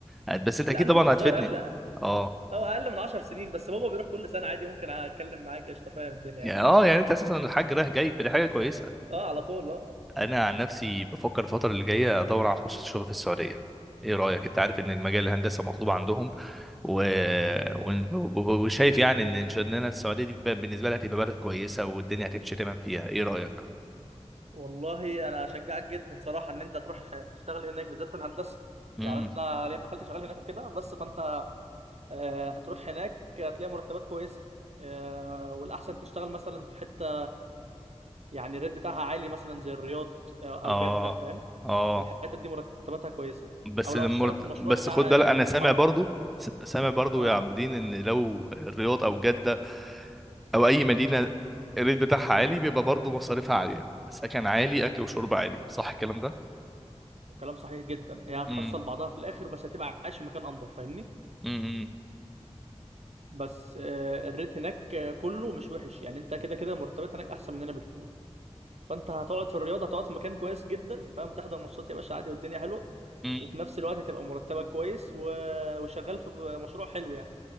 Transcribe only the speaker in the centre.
لا بس انت
اكيد
طبعا
هتفيدني
اه
يعني اه يعني انت اساسا الحاج رايح جاي فدي حاجة كويسة
انا عن نفسي بفكر الفتره اللي جايه ادور على فرصه شغل في السعوديه ايه رايك انت عارف ان مجال الهندسه مطلوب عندهم و... ون- وشايف يعني ان ان شاء الله السعوديه دي ب- بالنسبه لها هتبقى بلد كويسه والدنيا هتمشي تمام فيها ايه رايك
امم
اه
اه
بس
المرت...
بس
خد بالك
انا سامع
برضو س- سامع برضو
يا عابدين ان لو الرياض او جده او اي مدينه الريت بتاعها عالي بيبقى برضو مصاريفها عاليه سكن عالي اكل وشرب عالي صح الكلام ده
امم
امم
مم.